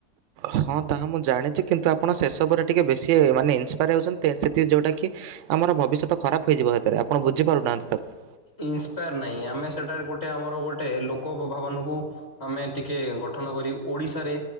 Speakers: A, on the right (about 65°); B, on the left (about 40°).
A: ହଁ ତାହା ମୁଁ ଜାଣିଛି କିନ୍ତୁ ଆପଣ ସେସବୁରେ ଟିକିେ ବେଶୀ ମାନେ ଇନ୍ସପାୟାର୍ ହେଉଛନ୍ତି ସେଥିି ଯେଉଁଟାକି ଆମର ଭବିଷ୍ୟତ ଖରାପ ହେଇଯିବ ସେଥିରେ ଆପଣ ବୁଝିପାରୁନାହାନ୍ତି ତାକୁ।
B: ଇନ୍ସପାୟାର ନାହିଁ ଆମେ ସେଟାରେ ଗୋଟେ ଆମର ଗୋଟେ ଲୋକ ଭବାନଙ୍କୁ ଆମେ ଟିକେ ଗଠନ କରି ଓଡିଶାରେ